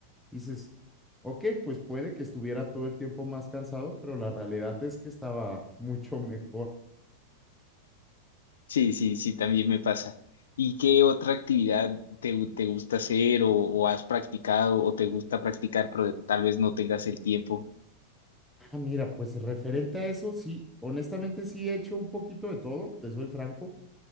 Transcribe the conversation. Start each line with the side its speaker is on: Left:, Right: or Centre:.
Centre: y dices, ok, pues puede que estuviera todo el tiempo más cansado, pero la realidad es que estaba <laughs> mucho mejor.
Left: Sí, sí, sí, también me pasa. ¿Y qué otra actividad te, gu- te gusta hacer o, o has practicado o te gusta practicar, pero tal vez no tengas el tiempo?
Centre: Ah, mira, pues referente a eso, sí, honestamente sí he hecho un poquito de todo, te soy franco,